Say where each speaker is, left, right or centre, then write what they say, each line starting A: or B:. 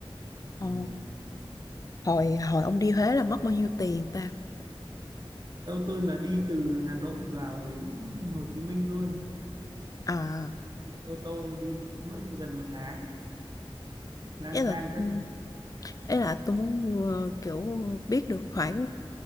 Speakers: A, on the right (about 45°); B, on the left (about 35°).
A: ừ.
B: ờ, hồi hồi ông đi Huế là mất bao nhiêu tiền ta
A: đâu tôi là đi từ Hà Nội vào đến Hồ Chí Minh luôn
B: à
A: ô tô đi một mất gần một tháng lang
B: ý là
A: thang các
B: ừ, ý là tôi muốn ờ, kiểu biết được khoảng